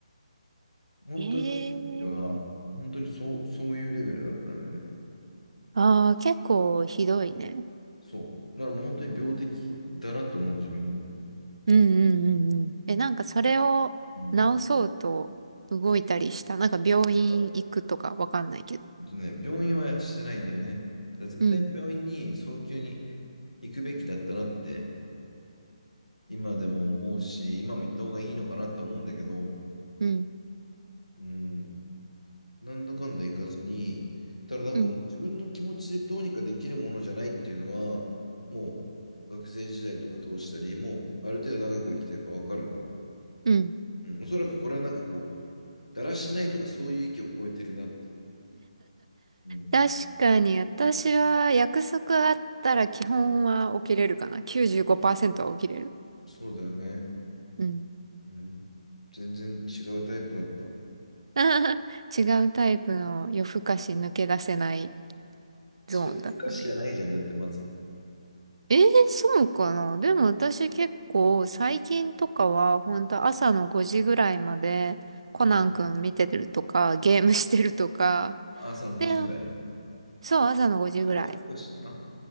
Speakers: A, on the left; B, on the right.
A: 本当にっは、
B: ええー。
A: 本当にそう、そういうレベルだったんだよね。
B: ああ、結構ひどいね。
A: そう。だからもう本当に病的だなと思う、自分でも。
B: うんうんうんうん。え、なんかそれを直そうと動いたりした。
A: うん。
B: なんか病院行くとかわかんないけど。
A: あえっとね、病院はしてないんだよね。だから絶対に病院に早急に
B: うん、
A: 行くべきだったなって今でも思うし、今も行った方がいいのかなと思うんだけど、
B: うん、
A: うん、なんだかんだ行かずに、ただなんかもう自分の気持ちでどうにかできるものじゃないっていうのは、
B: うん、
A: もう学生時代とか通したり、もうある程度長く生きてるからわかるの。
B: うん。
A: うん、おそらくこれはなんかこう、だらしないとかそういう域を超えてるなって。うん、
B: 確かに私は約束あったら基本は起きれるかな。95%は起きれる。
A: そうだよね。
B: うん。
A: うん、全然違うタイプだった。
B: <laughs> 違うタイプの夜更かし抜け出せない
A: それ夜更かしじゃないじゃん、
B: ゾーンだったね。
A: だってまず。
B: えー、そうかな。でも私結構最近とかは本当朝の5時ぐらいまでコナンくん見てるとかゲームしてるとか。
A: うん、朝の5時ぐらい。
B: で、そう、朝の5時ぐらい。
A: それは夜更かしだな。